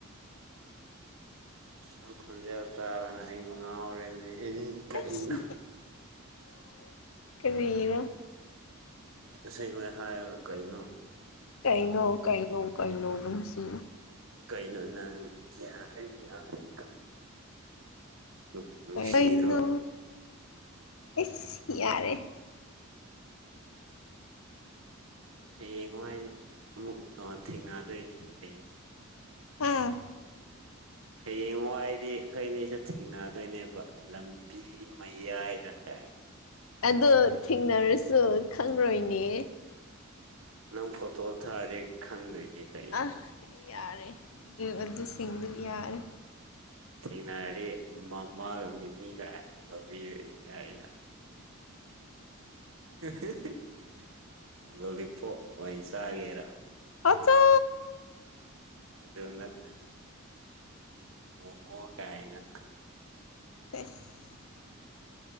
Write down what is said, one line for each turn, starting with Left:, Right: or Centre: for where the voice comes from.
Right: ꯎꯝ ꯈꯣꯟꯟꯖ ꯇꯅ ꯑꯩ ꯉꯔꯅꯦ ꯎ ꯀꯅ
Left: ꯑꯁ ꯇꯔ
Right: ꯁ ꯑꯣꯏ ꯍꯥꯏ ꯀꯩꯅꯩꯅꯣ
Left: ꯀꯩꯩꯅꯣ ꯀꯩꯩꯅꯣ ꯀꯩꯅꯩꯅꯣ ꯅꯅꯨꯡ ꯁꯤ
Right: ꯀꯩꯅꯣ ꯅꯪ ꯌꯥꯔꯦ ꯌꯥꯔꯦ ꯀ ꯎ ꯨꯁꯤꯗ꯭ꯔꯣ
Left: ꯀꯩꯅꯣ ꯑꯦꯁ ꯌꯥꯔꯦ
Right: ꯎꯝ ꯎ ꯍꯌꯦꯡꯉꯨ ꯍꯥꯏꯗꯤ ꯑꯃꯨꯛ ꯊꯦꯡꯅꯗꯣꯏꯅꯤ ꯀꯩꯅꯣ
Left: ꯍꯥꯥ
Right: ꯍꯌꯦꯡ ꯍꯥꯏꯗꯤ ꯑꯩꯈꯣꯏ ꯑꯅꯤꯁꯨ ꯊꯦꯡꯅꯗꯣꯏꯅꯦꯕ ꯂꯝꯕꯤ ꯃꯩ ꯏ ꯍꯥꯏꯗ ꯇꯥꯏ
Left: ꯑꯗꯨ ꯊꯦꯡꯅꯔꯁꯨ ꯈꯪꯔꯣꯏꯅꯦ
Right: ꯅꯪ ꯐꯣꯇꯣ ꯊꯥꯔꯦ ꯈꯪꯗꯣꯏꯅꯦ ꯀꯩꯅꯣ
Left: ꯑ ꯌꯥꯔꯦ ꯨꯔꯕꯗ ꯁꯤꯡꯕꯨ ꯌꯥꯔꯦ
Right: ꯊꯦꯡꯅꯔꯤ ꯃꯃꯥꯒ ꯃꯤꯃꯤꯒ ꯂꯧꯕꯤꯔꯔꯤꯒ ꯑꯩꯅ <unintelligible> ꯂꯣꯂꯤꯄꯣꯞ ꯑꯣꯏꯅ ꯆꯥꯒꯦꯔꯥ
Left: ꯑꯥꯆꯥ
Right: ꯑꯗꯅꯠꯇ ꯃꯣꯃꯣ ꯀꯥꯏꯅ
Left: <unintelligible>